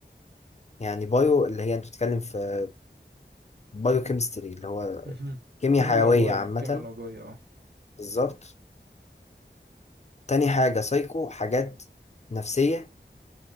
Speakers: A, on the left (about 40°); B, on the right (about 65°).
A: يعني بايو اللي هي انت بتتكلم في بايو كيمستري اللي هو
B: مهم.
A: كيمياء
B: الكيمياء
A: حيويه
B: العضوية
A: عامه
B: الكيمياء العضوية اه
A: بالظبط تاني حاجه سايكو حاجات نفسيه